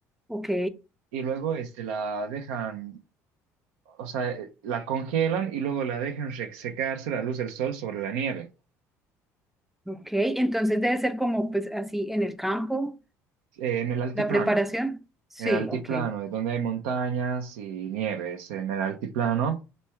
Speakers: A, in the centre; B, on the right (about 85°).
A: Ok,
B: y luego este, la dejan o sea, eh, la congelan y luego la dejan re- secarse a la luz del sol sobre la nieve,
A: ok, entonces debe ser como pues así en el campo,
B: eh, en el altiplano,
A: la preparación. Sí,
B: en el altiplano,
A: ok,
B: es donde hay montañas y nieves, en el altiplano,